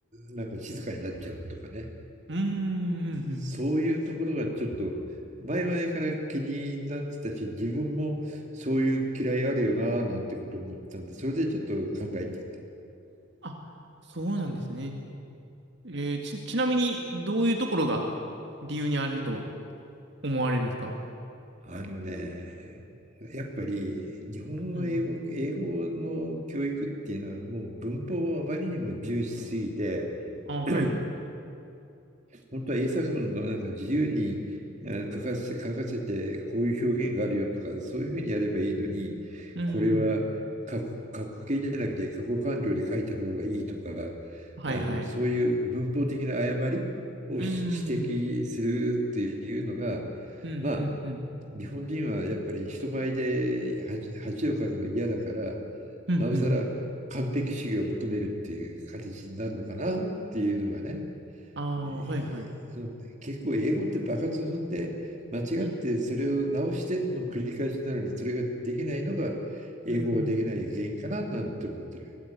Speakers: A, on the right (about 35°); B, on the right (about 60°).
A: なんか静かになっちゃうとかね。
B: ーん、うんうん。
A: そういうところがちょっと前々から気になってたし、自分もそういう嫌いあるよななんてこと思ってたんで、それでちょっと考えて
B: あ、そうなんですね。えーち、ちなみに、どういうところが理由にあると思われるんですか
A: た。あのね、やっぱり日本の英語、
B: うん。
A: 英語の教育っていうのはもう文法をあまりにも重視しすぎて、
B: あ、はい。
A: <coughs> 本当は英作文のなんか自由にえー書かせ、書かせて、こういう表現があるよとか、そういうふうにやればいいのに、
B: うん。
A: これは過去、過去形じゃなくて過去完了で書いた方がいいとか、あ
B: はいはい。
A: の、そういう文法的な誤りを指摘するっていうのが、
B: うーん。うん、
A: まあ、
B: うん、うん。
A: 日本人はやっぱり人前で恥恥をかくの嫌だから、
B: うん、
A: なおさら完璧主義を求めるっていう形になるのかなっていうのがね。
B: うん。ああ、
A: え
B: はいはい。
A: ー結構英語って場数踏んで間違ってそれを直しての繰り返しなのにそれができないのが英語ができない原因かななんて思ってる。
B: うん、うん。